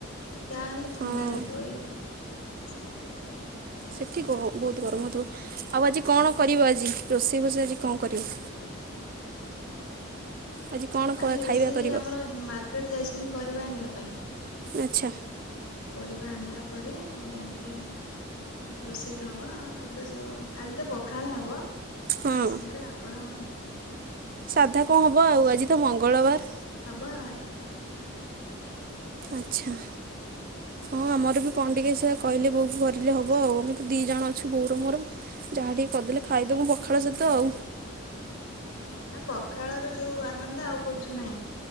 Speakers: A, on the left; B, on the right.
A: ଟି ଯାହାହଲେ
B: ହଁ
A: ଥଣ୍ଡା ଲାଗିବ ଏ ଆଉ ବଜାର ଭିତରେ ତ ସେ
B: ସେଠି ଗ ବହୁତ ଗରମ ହଉଥିବ ଆଉ ଆଜି କଣ କରିବ ଆଜି ରୋଷେଇ ବୋଷେଇ ଆଜି କଣ କରିବ। ଆଜି କଣ
A: ଆଜି ରୋଷେଇ
B: ଖାଇବା କରିବ
A: ଆମର ମାର୍କେଟ୍ ଯାଇଛନ୍ତି ପରିବା ଆଣିବା ପାଇଁ।
B: ଆଚ୍ଛା।
A: ପରିବା ଆଣିଲା ପରେ ଯାଇଁକି କଣ ରୋଷେଇ ହବ ଆଜି ତ ଯୋଉ ଆଜି ତ ପଖାଳ ହବ ପଖାଳ
B: ହଁ
A: ସାଙ୍ଗରେ ଆଉ କଣ
B: ସାଧା କଣ ହବ ଆଉ ଆଜି ତ ମଙ୍ଗଳବାର।
A: ହବ ଅ
B: ଆଚ୍ଛା। ହଁ ଆମର ବି କଣଟିକିଏ ସେଇଆ କହିଲେ ବୋଉକୁ କରିଲେ ହେବ ଆଉ ଆମେ ତ ଦିଇ ଜଣ ଅଛୁ ବୋଉର ମୋର। ଯାହା ଟିକେ କରିଦେଲେ ଖାଇଦବୁ ପଖାଳ ସହିତ ଆଉ।
A: ହଁ ନା ପଖାଳର ଯୋଉ ଆନନ୍ଦ ଆଉ କୋଉଥିରେ ନାହିଁ